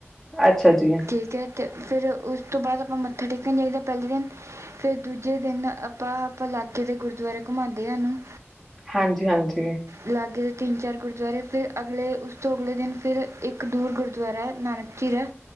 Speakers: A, in the centre; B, on the right.
A: ਅੱਛਾ ਜੀ।
B: ਠੀਕ ਐ ਤੇ ਫਿਰ ਉਸ ਤੋਂ ਬਾਦ ਆਪਾਂ ਮੱਥਾ ਟੇਕਣ ਜਾਈਦਾ ਪੈਲੇ ਦਿਨ ਫਿਰ ਦੂਜੇ ਦਿਨ ਆਪਾਂ ਆਪ ਲਾਗੇ ਦੇ ਗੁਰਦੁਆਰੇ ਘੁਮਾਉਂਦੇ ਸਾਨੂੰ।
A: ਹਾਂਜੀ ਹਾਂਜੀ
B: ਲਾਗੇ ਦੇ ਤਿੰਨ ਚਾਰ ਗੁਰਦੁਆਰੇ ਫਿਰ ਅਗਲੇ ਉਸ ਤੋਂ ਅਗਲੇ ਦਿਨ ਫਿਰ ਇੱਕ ਦੂਰ ਗੁਰਦੁਆਰਾ ਨਾਨਕ ਚੀਰਾ